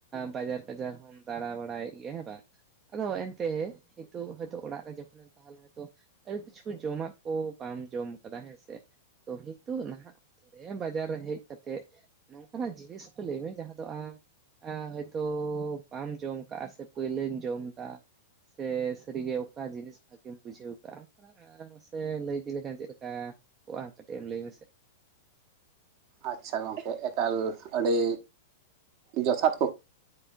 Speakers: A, on the right; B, on the right.
A: ᱵᱟᱡᱟᱨ ᱠᱟᱡᱟᱨ ᱦᱚᱢ ᱫᱟᱬᱟ ᱵᱟᱲᱟᱭᱮᱜ ᱜᱮᱭᱟ ᱦᱮᱸ ᱵᱟᱝ? ᱟᱫᱚ ᱮᱱᱛᱮ, ᱦᱤᱛᱳᱜ ᱦᱚᱭᱛᱳ ᱚᱲᱟᱜ ᱨᱮ ᱡᱚᱠᱷᱚᱱᱮᱢ ᱛᱟᱦᱚᱞᱮ ᱦᱚᱭᱛᱚ ᱟᱹᱰᱤ ᱠᱤᱪᱷᱩ ᱡᱚᱢᱟᱜ ᱠᱚ, ᱵᱟᱢ ᱡᱚᱢ ᱠᱟᱫᱟ ᱦᱮᱸᱥᱮ, ᱛᱚ ᱦᱤᱛᱳᱜ ᱱᱟᱦᱟᱜ ᱦᱮᱸ ᱵᱟᱡᱟᱨ ᱨᱮ ᱦᱮᱡ ᱠᱟᱛᱮᱜ, ᱱᱚᱝᱠᱟᱱᱟᱜ ᱡᱤᱱᱤᱥ ᱠᱚ, ᱞᱮᱭ ᱢᱮ ᱡᱟᱦᱟᱸ ᱫᱚ ᱟᱢ ᱟ ᱦᱚᱭᱛᱳ ᱵᱟᱢ ᱡᱚᱢ ᱠᱟᱜᱼᱟ, ᱥᱮ ᱯᱟᱹᱭᱞᱟᱹ ᱡᱚᱢ ᱫᱟ? ᱥᱮ ᱥᱟᱹᱨᱤᱜᱮ ᱚᱠᱟ ᱡᱤᱱᱤᱥ, ᱵᱷᱟᱜᱤᱢ ᱵᱩᱡᱷᱟᱹᱣ ᱠᱟᱜᱼᱟ? ᱟᱨ ᱢᱟᱥᱮ ᱞᱟᱹᱭ ᱤᱫᱤ ᱞᱮᱠᱷᱟᱱ ᱪᱮᱫᱠᱟ ᱠᱚᱜᱼᱟ, ᱠᱟᱹᱴᱤᱡ ᱮᱢ ᱞᱮᱭ ᱢᱮᱥᱮ?
B: ᱟᱪᱪᱷᱟ ᱜᱚᱝᱠᱮ ᱮᱠᱟᱞ ᱟᱹᱰᱤ, ᱡᱚᱛᱷᱟᱛ ᱠᱩᱠ